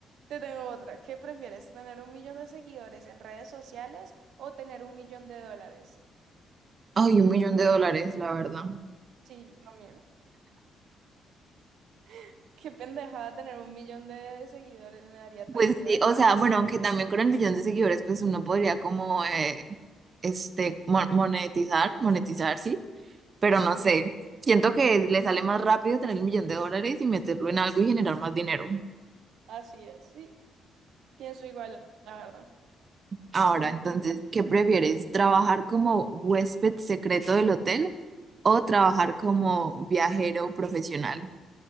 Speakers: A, on the right; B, on the right.
A: te tengo otra. ¿Qué prefieres? ¿Tener un millón de seguidores en redes sociales o tener un millón de dólares?
B: Ay, un millón de dólares, la verdad.
A: Sí, yo también. <laughs> Qué pendejada tener un millón de seguidores, me daría tan
B: Pues
A: igual.
B: sí, o sea, bueno, aunque también con el millón de seguidores, pues uno podría como, eh, este, mo- monetizar, monetizar, sí. pero no
A: Sí,
B: sé. Siento que le sale más rápido tener un millón de dólares y meterlo en algo y generar más dinero.
A: así es, sí. Pienso igual, la verdad.
B: Ahora,
A: Pero un millón.
B: entonces, ¿qué prefieres? ¿Trabajar como huésped secreto del hotel o trabajar como viajero profesional?